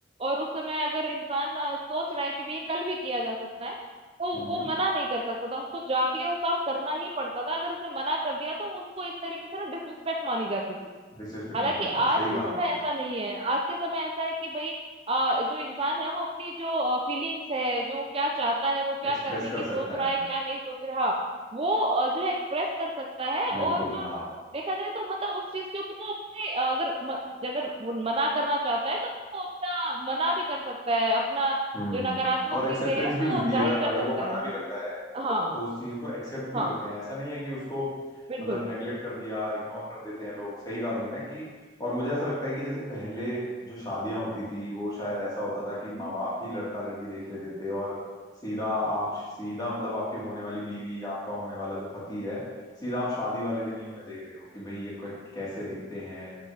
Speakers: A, on the right; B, on the left.
A: और उस समय अगर इंसान अ, सोच रहा है कि भाई ये कल भी किया जा सकता है तो
B: हम्म
A: वो मना नहीं कर सकता था उसको जाके वो काम करना ही पड़ता था अगर उसने मना कर दिया तो उसको एक तरीके से ना डिसरिस्पेक्ट मानी जाती थी
B: डिसरिस्पेक्ट
A: हालांकि
B: मानी जाती थी
A: आज
B: सही
A: के
B: कहा
A: समय
B: तुमने
A: ऐसा नहीं है आज के समय ऐसा है कि भाई आ, जो इंसान है वो अपनी जो फीलिंग्स है जो क्या चाहता है वो क्या
B: एक्सप्रेस
A: करने
B: कर
A: की सोच
B: सकता
A: रहा
B: है
A: है क्या नहीं सोच रहा वो अ, जो है एक्सप्रेस कर सकता है और
B: बिल्कुल
A: अ,
B: हाँ
A: देखा जाए तो मतलब उस चीज के ऊपर ना अपने अ, अगर म, अगर वो मना करना चाहता है तो वो अपना मना भी कर सकता है अपना
B: हम्म
A: जो नकारात्मक
B: और एक्सेप्टेंस
A: चीजें हैं
B: भी
A: वो
B: मिलती
A: जाहिर
B: है
A: कर
B: अगर
A: सकता
B: वो मना
A: है
B: भी करता है
A: हाँ
B: तो उस चीज को एक्सेप्ट भी
A: हाँ
B: करते हैं ऐसा नहीं है कि उसको
A: बिल्कुल
B: मतलब नेग्लेक्ट कर दिया इग्नोर कर देते हैं लोग सही कहा तुमने कि और मुझे ऐसा लगता है कि जैसे पहले जो शादियां होती थी वो शायद ऐसा होता था कि माँ
A: हम्म
B: बाप ही लड़का लड़की देख लेते थे और सीधा आप सीधा मतलब आपकी होने वाली बीवी आपका होने वाला जो पति है सीधा आप शादी वाले दिन ही उन्हें देख रहे हो कि भाई ये कै- कैसे दिखते हैं